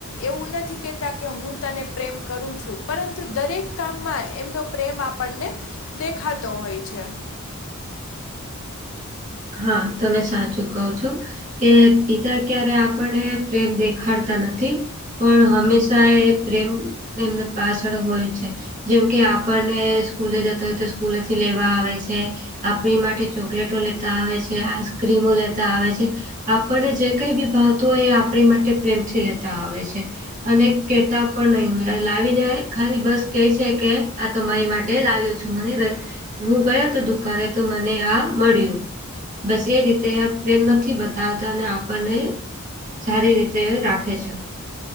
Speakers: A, on the left; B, on the right.
A: એવું નથી કેહેતા કે હું તને પ્રેમ કરું છું પરંતુ દરેક કામમાં એમનો પ્રેમ આપણને દેખાતો હોય છે.
B: હા તમે સાચું કહો છો. કે બીજા ક્યારે આપણને પ્રેમ દેખાડતા નથી. પણ હંમેશા એ પ્રેમ એમને પાછળ હોય છે, જેમ કે, આપણને સ્કૂલે જતા હોય તો સ્કૂલેથી લેવા આવે છે. આપણી માટે ચોકલેટો લેતા આવે છે, આઈસક્રીમો લેતા આવે છે. આપણને જે કંઈભી ભાવતું હોય એ આપણી માટે પ્રેમથી લેતા આવે છે, અને કેતા પણ નહીં હોય લાવીને ખાલી બસ કે છે, કે તમારી માટે લાવ્યો છું, મને હું ગયો હતો દુકાનેતો મને આ મળ્યું. બસ એ રીતે પ્રેમ નથી બતાવતા અને આપણને, સારી રીતે રાખે છે.